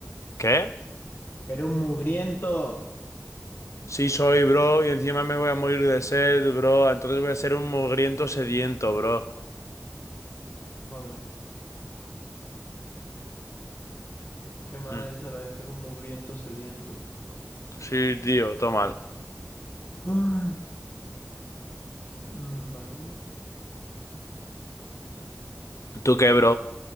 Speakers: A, on the left; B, on the left.
A: ¿Qué?
B: Era un mugriento.
A: Sí soy, bro, y encima me voy a morir de sed, bro, entonces voy a ser un mugriento sediento, bro.
B: Joder, qué mal
A: Mm,
B: es la de ser un mugriento sediento.
A: Sí, tío, todo mal.
B: Ay, mm, vale.
A: ¿Tú qué, bro?